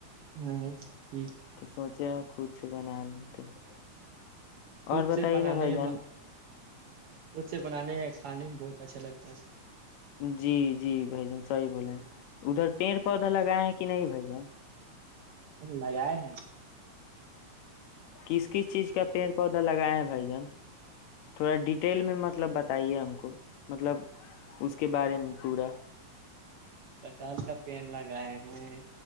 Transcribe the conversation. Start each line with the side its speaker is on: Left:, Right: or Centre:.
Right: ہوں <unintelligible>
Left: تو سوچے خود سے بنا لیتے ہیں
Right: خود
Left: اور
Right: سے
Left: بتائیے
Right: پنانے
Left: نا بھائی جان
Right: میں خ سے بنانے کھانے میں بہت اچھا لگتا ہے
Left: جی جی بھائی جان صحیح بولے ہیں ادھر پیڑ پودا لگائے ہیں کہ نہیں بھائی جن
Right: اور لگائے ہیں
Left: کس کس چیز کا پیڑ پودا لگایا ہیں بھائی جان تھوڑا ڈیٹیل میں مطلب بتائیے ہم کو مطلب اس کے بارے میں پورا
Right: کٹال کا پین لگائے ہیں